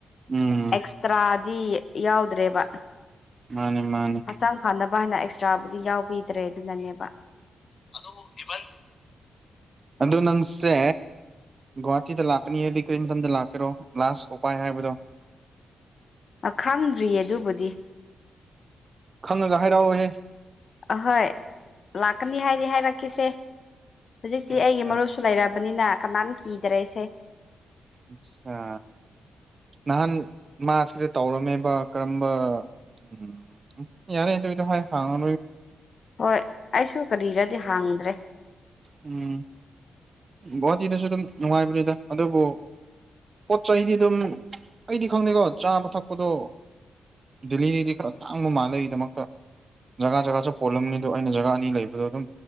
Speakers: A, on the right; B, on the left.
A: ꯎꯝ
B: ꯑꯦꯛꯁꯇ꯭ꯔꯥꯗꯤ ꯌꯥꯎꯗ꯭ꯔꯦꯕ
A: ꯃꯥꯅꯦ ꯃꯥꯅꯦ
B: ꯍꯛꯆꯥꯡ ꯐꯅꯕ ꯍꯥꯏꯅ ꯑꯦꯛꯁꯇ꯭ꯔꯥꯕꯨꯗꯤ ꯌꯥꯎꯕꯤꯗ꯭ꯔꯦ ꯑꯗꯨꯅꯅꯦꯕ ꯑꯗꯨ ꯏꯚꯟ
A: ꯑꯗꯨꯗ ꯅꯪꯁꯦ ꯒꯨꯍꯥꯇꯤꯗ ꯂꯥꯛꯀꯅꯤꯌꯦꯗꯤ ꯀꯔꯤꯊꯗ ꯂꯥꯛꯀꯦꯔꯣ ꯂꯥꯁ ꯎꯄꯥꯏ ꯍꯥꯏꯕꯗꯣ
B: ꯑ ꯈꯪꯗ꯭ꯔꯤꯌꯦ ꯑꯗꯨꯕꯨꯗꯤ
A: ꯈꯪꯉꯒ ꯍꯥꯏꯔꯛꯑꯣꯍꯦ
B: ꯑꯍꯣꯏ ꯂꯥꯛꯅꯤꯍꯥꯏꯔꯤꯍꯥꯏ ꯔꯀꯈꯤꯁ ꯍꯧꯖꯤꯛꯇꯤ
A: ꯑꯠꯆꯥ
B: ꯑꯩꯒꯤ ꯃꯔꯨꯞꯁꯨ
A: ꯑꯠꯆꯥ
B: ꯂꯩꯔꯑꯔꯕꯅꯤꯅ ꯀꯅꯥꯝ ꯀꯤꯗꯔꯦ ꯑꯩꯁꯦ
A: ꯑꯆꯥ ꯅꯍꯥꯟ ꯃꯥꯁꯤꯗ ꯇꯧꯔꯝꯃꯦꯕ ꯀꯔꯝꯕ ꯎꯝ ꯌꯥꯔ ꯍ ꯍꯉ
B: ꯍꯣꯏ ꯑꯩꯁꯨ ꯀꯔꯤꯔꯗꯤ ꯍꯥꯡꯗ꯭ꯔꯦ
A: ꯎꯝ ꯒꯨꯍꯥꯇꯤꯗꯁꯨ ꯑꯗꯨꯝ ꯅꯨꯡꯉꯥꯏꯕꯅꯤꯗ ꯑꯗꯨꯕꯨ ꯄꯣꯠ ꯆꯩꯗꯤ ꯑꯗꯨꯝ ꯑꯩꯗꯤ ꯈꯪꯗꯦꯀꯣ ꯆꯥꯕ ꯊꯛꯄꯗꯣ ꯗꯦꯜꯂꯤꯗꯒꯤꯩꯗꯤ ꯈꯔ ꯇꯥꯡꯕ ꯃꯥꯜꯂꯒꯤꯗꯃꯀ ꯖꯒꯥ ꯖꯒꯥꯁꯨ ꯄꯣꯜꯂꯝꯅꯤ ꯑ ꯑꯗꯨ ꯑꯩꯅ ꯖꯒꯥ ꯑꯅꯤ ꯂꯩꯕꯗꯣ ꯑꯗꯨꯝ